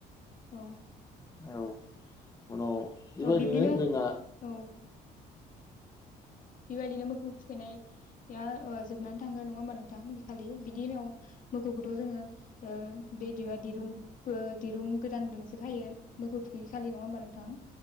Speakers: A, on the left; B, on the left.
A: उम।
B: औ उनाव बेबायदिनो
A: बिब्दिनो
B: जोंना
A: औ बेबायदिनो मोसौ थुखैनाय ओ ओ जोबनानै थाङो नङा होमबा नोंथां बे खालि बिदिनो मोखौखौथ' जोङो ओ बेदिआ दिरुं दिरुं गोदानजोंसो खायो। मोखौ थुखैखालि नङा होमबा नोंथां?